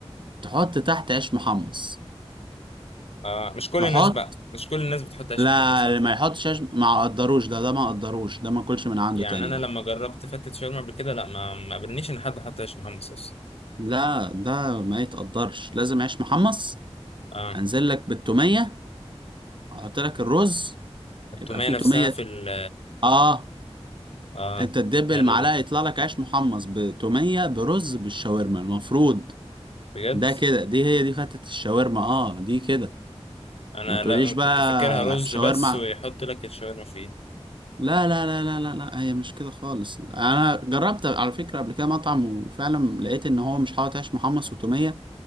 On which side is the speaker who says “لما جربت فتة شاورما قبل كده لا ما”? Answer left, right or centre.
Left